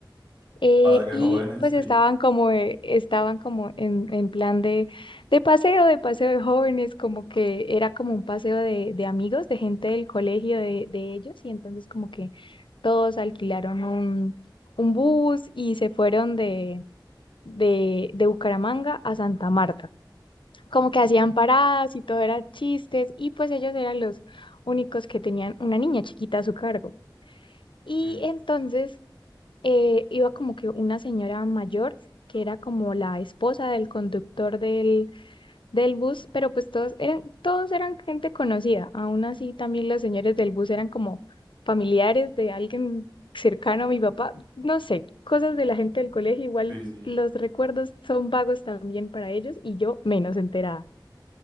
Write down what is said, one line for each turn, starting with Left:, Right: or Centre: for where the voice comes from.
Left: Eh,
Right: Padres
Left: y
Right: jóvenes,
Left: pues
Right: sí.
Left: estaban como, eh, estaban como en, en plan de, de paseo, de paseo de jóvenes, como que era como un paseo de, de amigos, de gente del colegio de, de ellos, y entonces como que todos alquilaron un, un bus y se fueron de, de, de Bucaramanga a Santa Marta. Como que hacían paradas y todo era chistes, y pues ellos eran los únicos que tenían una niña chiquita a su cargo.
Right: Ok,
Left: Y entonces eh, iba como que una señora mayor, que era como la esposa del conductor del, del bus, pero pues todos eran, todos eran gente conocida. Aún así, también los señores del bus eran como familiares de alguien cercano a mi papá. No sé, cosas de la gente del colegio, igual
Right: sí, sí,
Left: los recuerdos son vagos también para ellos y yo menos enterada.